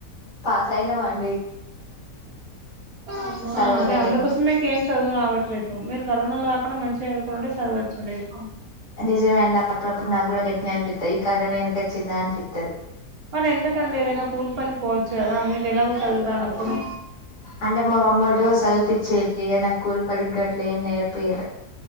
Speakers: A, on the left; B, on the right.
A: పాసయినా మం
B: అమ్మా
A: చదవలే
B: అదే అందుకోసమే
A: గాని
B: మీకు ఏం చదువు రావట్లేదు మీరు కరోనాలో అప్పుడే మంచిగా అదువుకొని ఉంటే సదువచ్చుండేది
A: నిర్ నిజమే అండి అప్పుడప్పుడు నాకు కూడా గట్టినే అనిపిత్తాయి ఈ కారోనా ఎందుకొచ్చిందా అనిపిత్తాది
B: మరి ఎందుకండి ఏదైనా కూల్ పనికి పోవచ్చు కదా మీరు ఎలాగో సదువురానప్పుడు
A: అంటే మా మమ్మల్లు సదువుపిచ్చేకి నా కూల్ పనికి గా ఏం నేర్పీ ల్య